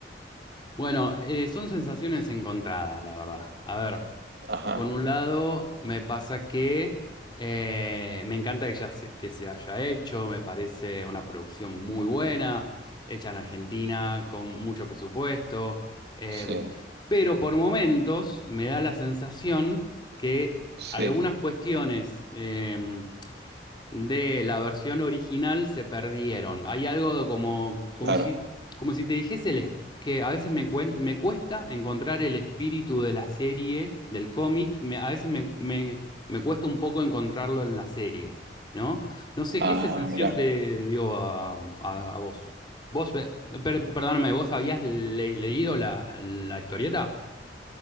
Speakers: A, on the left; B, on the right.
A: bueno, eh, son sensaciones encontradas, la verdad. A ver,
B: Ajá,
A: por un lado, me pasa que eh, me encanta que, ya se, que se haya hecho, me parece una producción muy buena, hecha en Argentina, con mucho presupuesto, em,
B: sí,
A: pero por momentos me da la sensación que
B: sí,
A: algunas cuestiones... em, de la versión original se perdieron. Hay algo como, como
B: claro.
A: si, como si te dijese el esp- que a veces me, cuen- me cuesta encontrar el espíritu de la serie, del cómic, me- a veces me, me- me cuesta un poco encontrarlo en la serie, ¿no? No sé,
B: Ah,
A: ¿qué sensación
B: mirá.
A: te dio a, a- a vos? Vos, eh, per- perdóname, ¿vos habías le- leído la, la historieta?